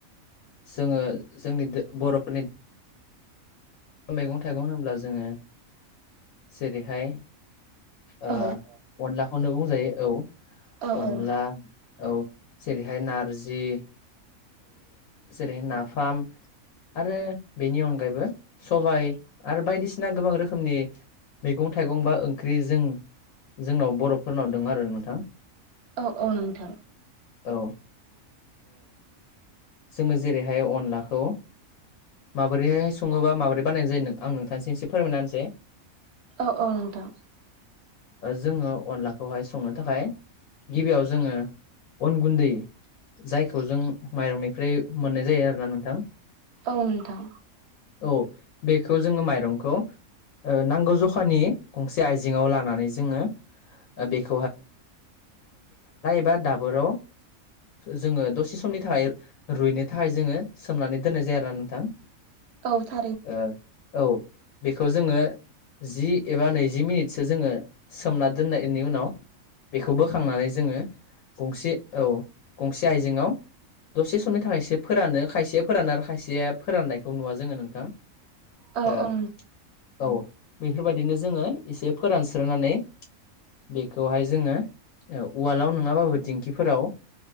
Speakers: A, on the left; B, on the right.
A: जोङो जोंनि दो बर'फोरनि मैगं थाइगं होनोब्ला जोङो जेरैहाय ओ
B: औ
A: अनलाखौनो बुंजायो औ
B: औ
A: अनला
B: औ
A: औ जेरैहाय नारजि जेरै नाफाम आरो बेनि अनगायैबो सबाय आरो बायदिसिना गोबां रोखोमनि मैगं थाइगं बा ओंख्रिजों जोंनाव बर'फोरनाव दङ आरो नोंथां।
B: औ औ नोंथां
A: औ जोङो जेरैहाय अनलाखौ माबोरैहाय सङोबा माबोरै बानायनाय जायो नों आं नोंथांसि एसे फोरमायना होनसै
B: औ औ नोंथां
A: जोङो अनलाखौहाय संनो थाखाय गिबियाव जोङो अन गुन्दै जायखौ जों माइरंनि ओमफ्राय मोननाय जायो आरोना नोंथां।
B: औ नोंथां
A: औ बेखौ जोङो माइरं खौ नांगौ जखानि गंसे आइजेङाव लानानै जोङो ओ बेख <inaudible> दाबोराव जोङो दसे समनि थाखाय रुइनो थाखाय जोङो सोमनानै दोननाय जायो आरोना नोंथां।
B: <inaudible>
A: ओ औ बेखौ जोङो जि एबा नैजि मिनिटसो जोङो सोमना दोननायनि उनाव बेखौ बोखांनानै जोङो गंसे औ गंसे आइजेंआव दसे समनि थाखायसो फोरानो खायसे फोरान आरो खायसे फोराननायखौ नुवा जोङो नोंथां
B: औ
A: ओ
B: औ
A: औ बेफोरबायदिनो जोङो एसे फोरानस्रोनै बेखौहाय जोङो उवालाव नङाबाबो दिंखि फोराव